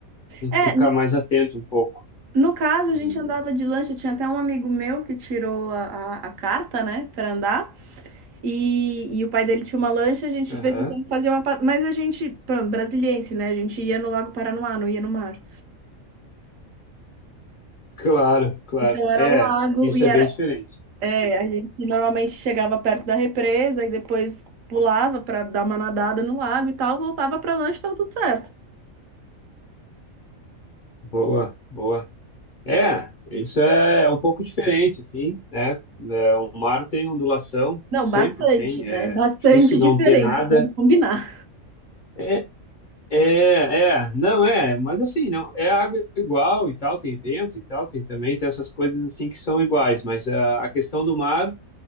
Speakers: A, on the left (about 50°); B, on the right (about 70°).
A: tem
B: É,
A: que ficar mais atento um pouco.
B: No caso,
A: E,
B: a gente andava de lancha, tinha até um amigo meu que tirou a, a- a carta, né, para andar, e, e o pai dele tinha uma lancha, a gente
A: aham,
B: de vez em quando fazia uma... pa- Mas a gente, pronto, brasiliense, né, a gente ia no Lago Paranoá, não ia no mar.
A: claro, claro,
B: Então era
A: é,
B: lago,
A: isso
B: e
A: é
B: era...
A: bem diferente.
B: É, a gente normalmente chegava perto da represa, e depois pulava para dar uma nadada no lago e tal, voltava para lancha e tava tudo certo.
A: Boa, boa. É,
B: É,
A: isso é é um pouco diferente, assim, né? É, o mar tem ondulação,
B: Não,
A: sempre
B: bastante,
A: tem,
B: né,
A: é
B: bastante
A: difícil
B: <laughs> diferente,
A: não ter nada.
B: vamos combinar.
A: É, é, é, não é, mas assim, não, é água igual e tal, tem vento e tal, tem também, tem essas coisas assim que são iguais, mas a, a questão do mar